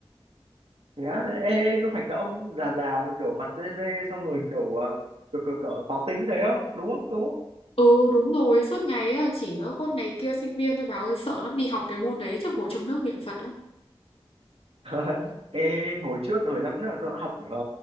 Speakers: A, on the right (about 80°); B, on the left (about 70°).
A: Thế á, thế- ê, ê, có phải cái ông già già mình kiểu mặt dê dê xong rồi kiểu ờ, kiểu, kiểu, kiểu khó tính đấy không đúng không đúng không
B: Ừ đúng rồi suốt ngày á, chỉ có con này kia sinh viên thôi bà ơi sợ lắm đi học cái môn đấy chắc ngồi trong nước niệm Phật á.
A: <laughs> ê hồi trước hồi năm trước là tôi cũng học ờ,